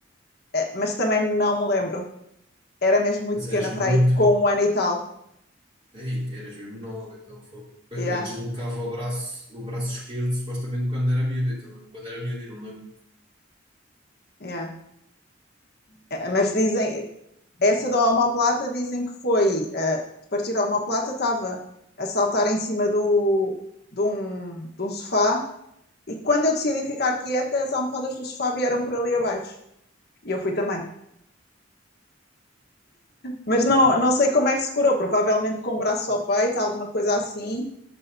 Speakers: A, on the left (about 55°); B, on the right (about 30°).
A: Eh, mas também não me lembro. Era mesmo muito
B: Mas
A: pequena
B: eras muito.
A: para aí, com um ano e tal.
B: Ei, eras mesmo nova, então foi. Pois,
A: Yeah,
B: eu deslocava o braço, o braço esquerdo, supostamente quando era miúdo. Então, quando era miúdo, eu não me lembro.
A: yeah. Eh, Mas dizem, essa da omoplata dizem que foi, eh, de partir a omoplata, estava a saltar em cima do, de, um, de um sofá. E quando eu decidi ficar quieta, as almofadas do sofá vieram por ali abaixo. E eu fui também. Mas não, não sei como é que se curou, provavelmente com o braço ao peito, alguma coisa assim.